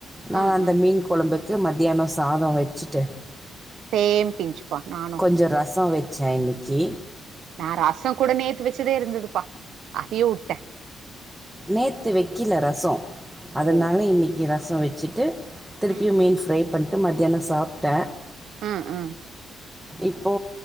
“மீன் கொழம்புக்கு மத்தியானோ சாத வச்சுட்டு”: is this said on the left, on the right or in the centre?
Centre